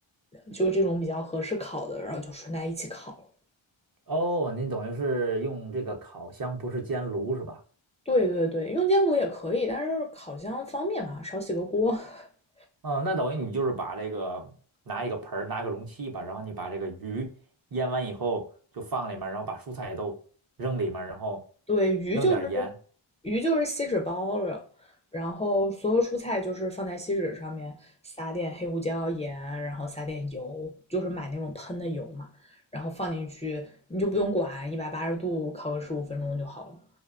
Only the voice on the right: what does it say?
哦，你等于是用这个烤箱，不是煎炉是吧？
哦，那等于你就是把这个拿一个盆儿，拿个容器吧，然后你把这个鱼腌完以后就放里面，然后把蔬菜都扔里面，然后
弄点儿盐。